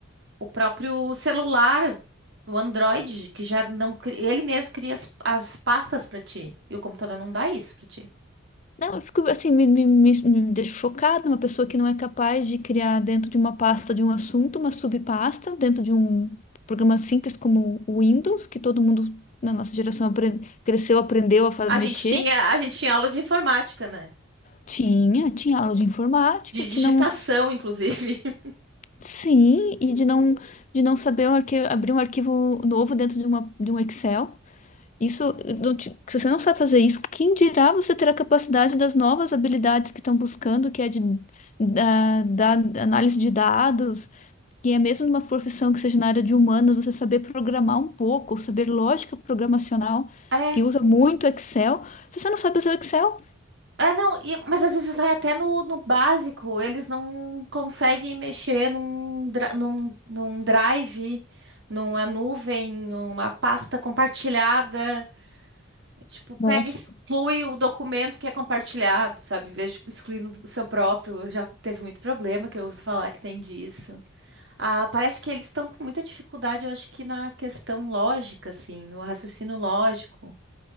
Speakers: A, on the right; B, on the left.
A: o próprio celular, o Android, que já não cri- ele mesmo cria as, as pastas pra ti. E o computador não dá isso pra ti.
B: Não, eu fico assim, me, me, me, me deixo chocada, uma pessoa que não é capaz de criar dentro de uma pasta de um assunto, uma subpasta, dentro de um programa simples como o Windows, que todo mundo na nossa geração apren- cresceu, aprendeu a fa-
A: A
B: mexer.
A: gente tinha, a gente tinha aula de informática, né?
B: Tinha, tinha aula de informática
A: De
B: que
A: digitação,
B: não.
A: inclusive. <laughs>
B: Sim, e de não, de não saber o arqui- abrir um arquivo novo dentro de, uma, de um Excel. Isso, eh, não te- se você não sabe fazer isso, quem dirá você ter a capacidade das novas habilidades que estão buscando, que é de, da, da análise de dados, que é mesmo numa profissão que seja na área de humanas, você saber programar um pouco, saber lógica programacional,
A: É,
B: que usa muito Excel. Se você não sabe usar o Excel,
A: é não, e- mas às vezes vai até no, no básico, eles não conseguem mexer num, dra- num, num drive, numa nuvem, numa pasta compartilhada. Tipo, pega
B: Nossa.
A: e exclui o documento que é compartilhado, sabe? Em vez de excluir no do seu próprio. Já teve muito problema que eu ouvi falar que tem disso. Ah, parece que eles estão com muita dificuldade, eu acho que na questão lógica, assim, no raciocínio lógico,